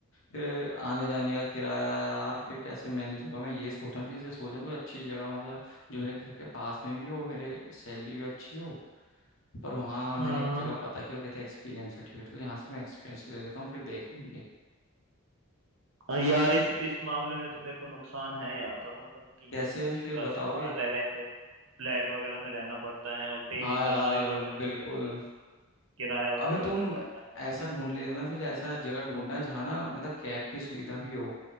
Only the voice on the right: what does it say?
हाँ
हाँ यार इस इस मामले में तो मेरे को नुकसान है यार थोड़ा मतलब कि
घर
से बाहर रह रहे हैं तो फ्लैट वगैरह में रहना पड़ता है और डेली
जाना भी पड़ता है कंपनी
तक किराया वगैरह
भी
लग जाता है